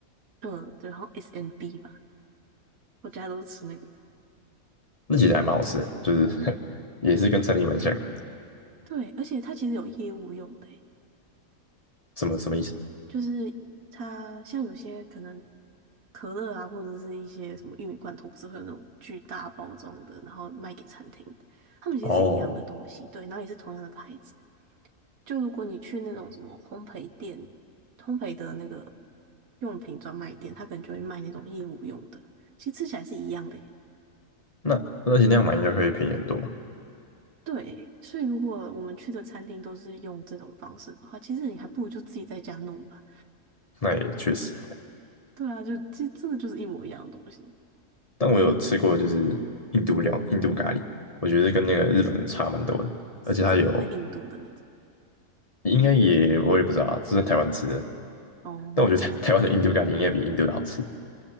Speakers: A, on the right; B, on the left.
A: 呃对，好像 SNB 吧，我家都是吃那个。
B: 那其实还蛮好吃的哦，就是 <laughs> 也是跟餐厅蛮像的。
A: 对，而且它其实有业务用的欸、
B: 什么什么意思？
A: 就是它像有些可能可乐啊，或者是一些什么玉米罐头，不是会有那种巨大包装的，然后卖给餐厅，他们其实是一样的东西，
B: 哦，
A: 对，然后也是同样的牌子。就如果你去那种什么烘焙店、烘焙的那个用品专卖店，他可能就会卖那种业务用的，其实吃起来是一样的耶。
B: 那而且那样买应该会便宜很多嘛？
A: 对，所以如果我们去的餐厅都是用这种方式的话，其实你还不如就自己在家弄吧。
B: 那也确实，
A: 对啊，就这真的就是一模一样的东西，
B: <laughs> 但我有吃过就是印度料印度咖喱，我觉得跟那个日本的差蛮多的，
A: 是真的很印度的那种。
B: 而且它有应该也我也不知道啊，这是在台湾吃的，
A: 哦，
B: 但我觉得台 <laughs> 台湾的印度咖喱应该比印度的好吃。